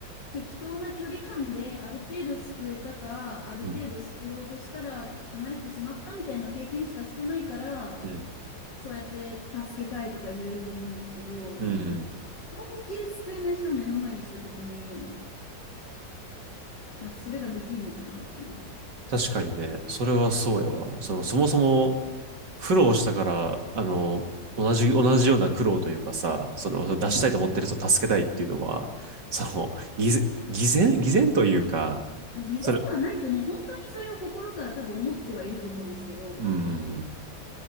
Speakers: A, on the left; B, on the right.
A: 適当な距離感である程度救えたか、ある程度救おうとしたら離れてしまったみたいな経験しかしてないから、
B: うん、うん、
A: そうやって助けたいとか言えると思うんですけど、
B: うんうん。
A: 本気で救えない人を目の前にした時に、なんかそれができるのかなっていう。
B: 確かにね、それはそうやわ。その、そもそも苦労したから、あの、同じ、同じような苦労というかさ、その、その出したいと思ってる人を助けたいっていうのは、
A: うん。
B: その、偽善、偽善、偽善というか、
A: 偽善ではないと思う。
B: それ、
A: 本当にそれを心から多分思ってはいると思うんですけど、
B: うん、